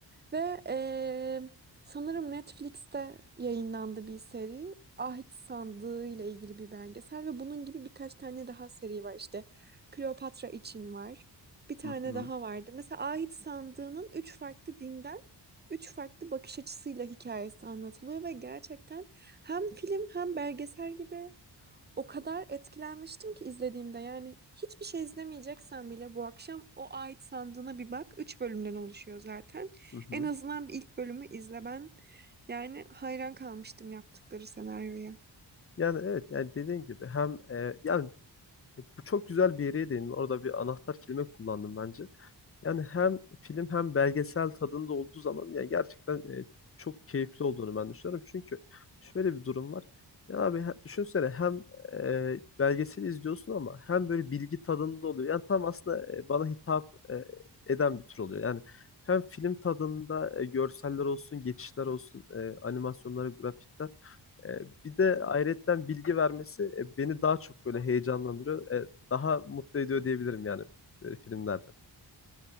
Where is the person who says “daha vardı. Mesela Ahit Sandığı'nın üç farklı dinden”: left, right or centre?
Right